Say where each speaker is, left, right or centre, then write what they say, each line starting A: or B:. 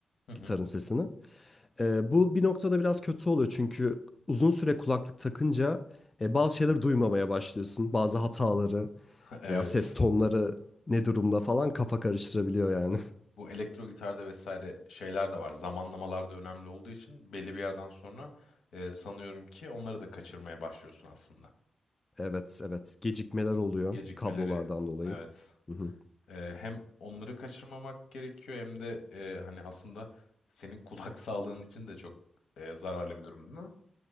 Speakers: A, on the left; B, on the left.
A: Hı hı.
B: gitarın sesini. E, bu bir noktada biraz kötü oluyor çünkü uzun süre kulaklık takınca e, bazı şeyleri duymamaya başlıyorsun. Bazı hataları
A: <laughs> Evet.
B: veya ses tonları ne durumda falan kafa karıştırabiliyor yani. <laughs>
A: Bu elektro gitarda vesaire şeyler de var. Zamanlamalar da önemli olduğu için belli bir yerden sonra e, sanıyorum ki onları da kaçırmaya başlıyorsun aslında.
B: Evet, evet. Gecikmeler oluyor
A: Gecikmeleri,
B: kablolardan dolayı.
A: evet.
B: Hı hı.
A: E, hem onları kaçırmamak gerekiyor hem de e, hani aslında senin <laughs> kulak sağlığın için de çok e, zararlı bir durum değil mi?